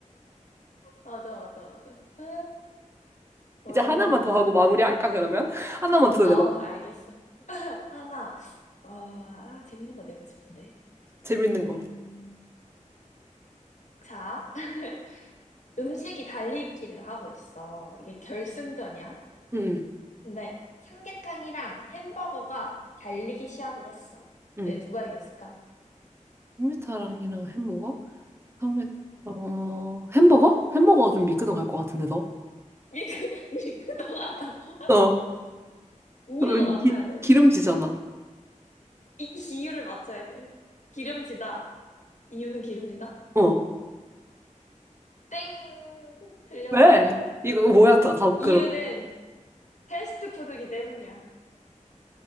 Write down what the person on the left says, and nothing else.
맞아, 맞아, 맞아. 아, 도롱뇽이었습니다.
아,
알겠어. <laughs> 하나. 어, 아, 재밌는 거 내고 싶은데.
음,
자, <laughs> 음식이 달리기를 하고 있어. 이게 결승전이야.
근데 삼계탕이랑 햄버거가 달리기 시합을 했어.
에, 누가 이겼을까?
<laughs> 미크미크덩하다고
<laughs> 이유도
맞춰야
돼.
이 이유를 맞춰야 돼. 기름지다. 이유는 기름지다?
땡! 틀렸어.
이유는
패스트푸드기 때문이야.